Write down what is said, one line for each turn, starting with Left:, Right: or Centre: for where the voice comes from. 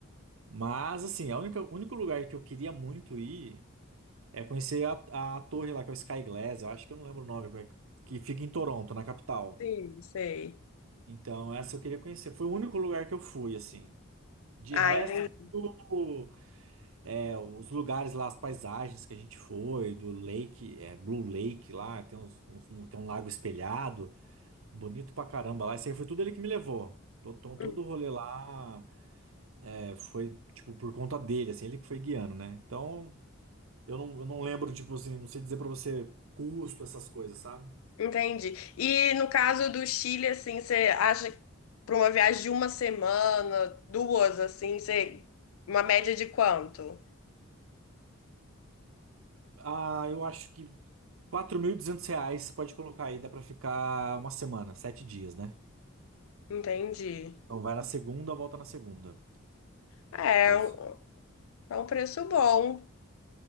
Right: Mas, assim, a única, o único lugar que eu queria muito ir é conhecer a, a torre lá, que é o Sky Glass, eu acho que eu não lembro o nome, mas que que fica em Toronto, na capital.
Left: sim, sei.
Right: Então, essa eu queria conhecer. Foi o único lugar que eu fui, assim. De
Left: Ah,
Right: resto,
Left: entendi.
Right: foi tudo, é, os lugares lá, as paisagens que a gente foi, do Lake, é, Blue Lake lá, tem, uns, uns- um- tem um lago espelhado, bonito pra caramba lá. Isso aí foi tudo ele que me levou. Então, todo
Left: Hum,
Right: o rolê lá é, foi, tipo, por conta dele, assim, ele que foi guiando, né? Então. Eu não, eu não lembro, tipo assim, não sei dizer pra você custo, essas coisas, sabe?
Left: Entendi. E no caso do Chile, assim, você acha para uma viagem de uma semana, duas, assim, você... uma média de quanto?
Right: Ah, eu acho que 4.200 reais você pode colocar aí, dá pra ficar uma semana, sete dias, né?
Left: Entendi.
Right: Então vai na segunda, volta na segunda.
Left: É,
Right: Pode
Left: é um
Right: ser.
Left: é um preço bom.